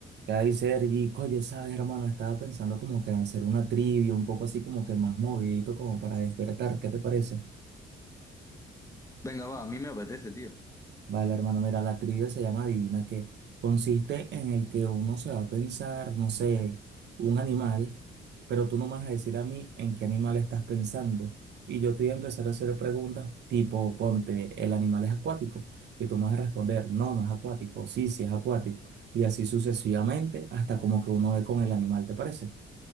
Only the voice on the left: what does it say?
Venga, va, a mí me apetece, tío.